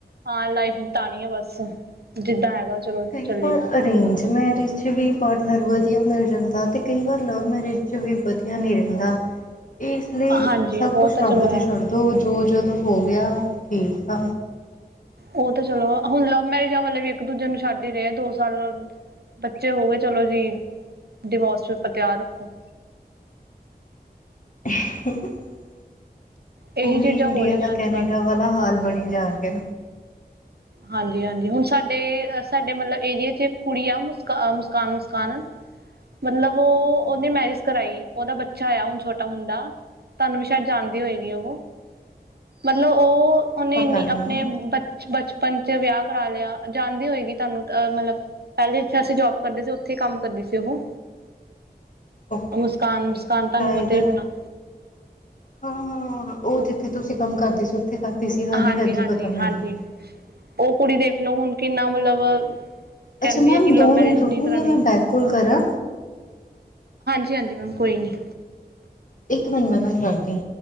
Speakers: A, on the right; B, on the left.
A: ਹਾਂ ਲਾਈਫ ਬਿਤਾਉਣੀ ਆ ਬਸ, ਜਿੱਦਾਂ ਹੈਗਾ ਚਲੋ
B: ਕਈ
A: ਚੱਲੇ
B: ਵਾਰ
A: ਜਾਓ
B: ਅਰੇਂਜ ਮੈਰਿਜ ਚ ਵੀ ਪਾਟਨਰ ਵ ਵਧੀਆ ਮਿਲ ਜਾਂਦਾ ਅਤੇ ਕਈ ਵਾਰ ਲਵ ਮੈਰਿਜ 'ਚ ਵੀ ਵਧੀਆ ਨਹੀਂ ਰਹਿੰਦਾ। ਇਸ ਲਈ
A: ਹਾਂਜੀ
B: ਸਭ
A: ਉਹ
B: ਕੁਛ
A: ਤਾਂ
B: ਰੱਬ
A: ਚਲੋ ਹੈ
B: ਤੇ ਛੱਡ ਦੋ, ਜੋ ਜੋ ਹੋ ਗਿਆ ਠੀਕ।
A: ਉਹ ਤਾਂ ਚਲੋ, ਹੁਣ ਲਵ ਮੈਰਿਜਾਂ ਵਾਲੇ ਵੀ ਇੱਕ ਦੂਜੇ ਨੂੰ ਛੱਡ ਹੀ ਰਹੇ। ਦੋ ਸਾਲਾ ਨੂੰ ਬੱਚੇ ਹੋ ਗਏ ਚਲੋ ਜੀ ਡਾਈਵੋਰਸ ਪੇਪਰ ਤਿਆਰ ਰੱਖੋ।
B: <unintelligible>
A: ਇਹੀ
B: ਉਹੀ
A: ਚੀਜ਼ਾਂ
B: ਇੰਡੀਆ
A: ਹੋ ਰਹੀਆਂ
B: ਦਾ
A: ਅੱਜ
B: ਕੈਨੇਡਾ
A: ਕੱਲ੍ਹ
B: ਵਾਲਾ ਹਾਲ ਬਣਿਆ। ਜਾ ਕੇ
A: ਹਾਂਜੀ। ਹਾਂਜੀ। ਹੁਣ ਸਾਡੇ-ਸਾਡੇ ਮਤਲਬ ਇੰਡੀਆ ਚ ਕੁੜੀ ਆ ਮੁਸਕਾਨ ਮੁਸਕਾਨ। ਮਤਲਬ ਉਹ
B: ਹੂੰ-ਹੂੰ।
A: ਉਹਨੇ ਮੈਰਿਜ ਕਰਾਈ ਉਹਦਾ ਬੱਚਾ ਆ ਹੁਣ ਛੋਟਾ ਮੁੰਡਾ ਤੁਹਾਨੂੰ ਵੀ ਸ਼ਾਇਦ ਜਾਣਦੇ ਹੋ ਉਹ। ਮਤਲਬ ਉਹ ਉਹਨੇ
B: ਪਤਾ
A: ਇਨੀ
B: ਨਹੀਂ
A: ਆਪਣੇ ਬਚ-ਬਚ ਪੰਚ ਵਿਆਹ ਕਰਾ ਲਿਆ ਜਾਂਦੀ ਹੋਏਗੀ ਤੁਹਾਨੂੰ ਅ ਮਤਲਬ ਪਹਿਲੇ ਜਿੱਥੇ ਅਸੀਂ ਜੋਬ ਕਰਦੇ ਸੀ ਉੱਥੇ ਕੰਮ ਕਰਦੀ ਸੀ ਉਹ।
B: ਓਕੇ-ਓਕੇ
A: ਮੁਸਕਾਨ ਮੁਸਕਾਨ ਤੁਹਾਨੂੰ
B: ਸ਼ਾਇਦ
A: ਪਤਾ ਹੀ ਹੋਣਾ
B: ਹਾਂ-ਹਾਂ। ਉਹ ਜਿੱਥੇ ਤੁਸੀਂ ਕੰਮ ਕਰਦੇ ਸੀ ਉੱਥੇ ਕਰਦੀ ਸੀ ਹਾਂਜੀ-ਹਾਂਜੀ
A: ਹਾਂਜੀ, ਹਾਂਜੀ,
B: ਪਤਾ
A: ਹਾਂਜੀ।
B: ਮੈਨੂੰ।
A: ਉਹ ਕੁੜੀ ਦੇਖ ਲਓ ਹੁਣ ਕਿੰਨਾ ਮਤਲਬ। ਕਹਿੰਦੀ
B: ਅੱਛਾ ਮੈਮ
A: ਹੈ ਕਿ ਲਵ
B: ਦੋ
A: ਮੈਰਿਜ
B: ਮਿੰਟ ਰੁਕੋਗੇ
A: ਨਹੀਂ ਕਰਾਣੀ
B: ਮੈਂ ਬੈਕ ਕਾਲ ਕਰਾਂ।
A: ਹਾਂਜੀ, ਹਾਂਜੀ। ਮੈਮ ਕੋਈ ਨਹੀਂ।
B: ਹੁਣੇ ਮੈਂ ਤੁਹਾਨੂੰ ਕਰਦੀ।